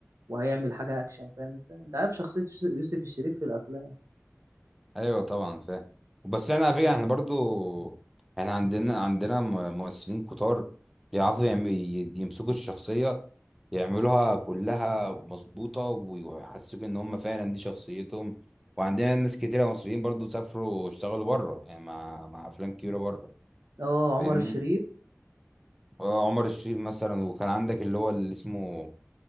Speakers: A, on the right (about 85°); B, in the centre.
A: وهيعمل حاجة اكشن فاهم انت انت عارف شخصية يوسف الشريف في الافلام
B: ايوه طبعا فاهم بس احنا على فكره احنا برضو احنا عندنا عندنا م- ممثلين كتار يعرفوا يعم- ي- يمسكوا الشخصيه يعملوها كلها مظبوطه ويحسسوك ان هم فعلا دي شخصيتهم وعندنا ناس كتيره مصريين برضو سافروا اشتغلوا بره يعني مع مع افلام كبيره بره
A: اه عمر
B: فاهمني
A: الشريف
B: آه، عمر الشريف مثلا وكان عندك اللي هو اللي اسمه